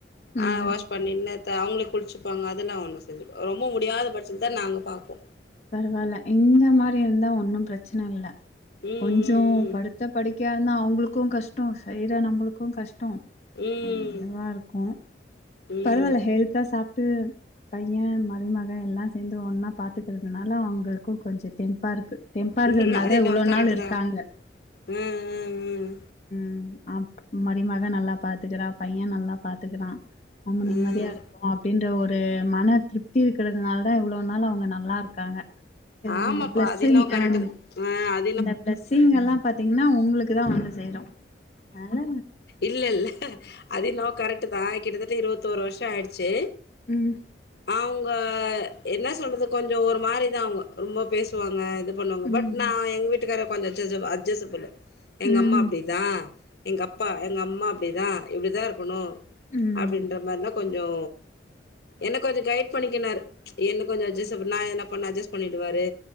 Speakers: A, on the left; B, on the left.
A: ஆ
B: ம்
A: வாஷ் பண்ணி என்னத்த அவுங்கள குளிச்சிப்பாங்க அதெல்லா ஒன்னு செஞ்சிப் ரொம்ப முடியாத பச்சத்து தா நாங்க பாப்போ
B: பரவால்ல இந்த மாரி இருந்தா ஒன்னு பிரச்சன இல்ல
A: ம்
B: கொஞ்சோ படு த்த படுக்கியானா அவங்களுக்கு கஷ்ட்டோ செய்ற நம்ளுக்கு கஷ்டோ
A: ம்
B: என்னவாருக்கு
A: ம் ம்
B: பரவால்ல ஹெல்த்தா சாப்ட்டு பையே மருமக எல்லா சேந்து ஒன்னா பாத்து க்கறதுனால அவுங்களுக்கு கொஞ்சோ தெம்ப்பாருக்கு தெம்ப்பா இருக்றனாலதா
A: ம் அது என்னவோ
B: இவ்ளோ
A: கரெக்ட்டு
B: நாள் இருக்காங்க
A: தா ம் ம் ம்
B: ம் அப் மரிமக நல்லா பாத்துக்குறா பையே நல்லா பாத்துக்கிறா நம்ம நிம்மதியாருக்கோ
A: ம்
B: அப்டின்ற ஒரு மன திருப்தி இருக்றதுனால தா இவ்ளோ நாள் அவுங்க நல்லா ருக்காங்க சேரி
A: ஆமாப்பா
B: அந்த பிளஸை
A: அது என்னவோ கரெக்ட்டு
B: அந்
A: தா ஆ அ
B: இந்த பிளஸ்ஸிங்கெல்லா பாத்தீங்கன்னா உங்ளுக்கு தா வந்து சேரு அதனால
A: இல்லெல்ல அது என்னவோ கரெக்ட்டு தா கிட்டத்தட்ட இருவத்தொரு வர்ஷோ ஆய்டுச்சு
B: ம்
A: அவுங்க என்ன சொல்றது கொஞ்சோ ஒரு மாரிதா அவுங்க ரொம்ப பேசுவாங்க இது பண்ணுவாங்க
B: ம்
A: பட் நா எங்க வீட்டுக்கார கொஞ்சோ அஜ்ஸ அஜ்ஸபுலு எங்க
B: ம் ம்
A: அம்மா அப்டி தா எங்க அப்பா எங்க அம்மா அப்டிதா இப்டிதா இருக்குனு
B: ம்
A: அப்டின்ற மார்லா கொ ஞ்சோ என்ன கொஞ்சோ கைட் பண்ணிக்கினாரு என்ன கொஞ்சோ அஜ்ஜஸபுல் நா என்ன பண்ணா அட்ஜஸ்ட் பண்ணிடுவாரு